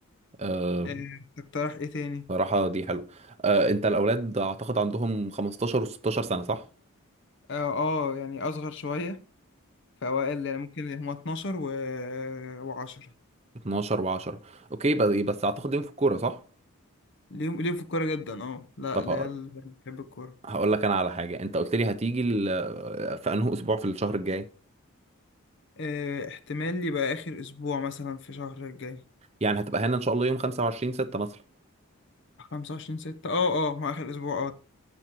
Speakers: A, on the right; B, on the left.
A: آه
B: آه، تقترح ايه تاني
A: بصراحه دي حلوه آه انت الاولاد اعتقد عندهم 15 و16 سنه صح
B: اه اه يعني اصغر شوية في اوائل يعني ممكن هما 12 و... و10
A: 12 و10 اوكي بس بس اعتقد يوم في الكوره صح
B: ليهم ليهم في الكورة جدا اه لا
A: طب
B: العيال
A: هقول
B: بتحب الكورة
A: هقول لك انا على حاجه انت قلت لي هتيجي ال- في انه اسبوع في الشهر الجاي
B: آه، احتمال يبقى آخر أسبوع مثلا في شهر الجاي
A: يعني هتبقى هنا ان شاء الله يوم 25 6 مثلا
B: خمسة وعشرين ستة اه اه ما آخر أسبوع اه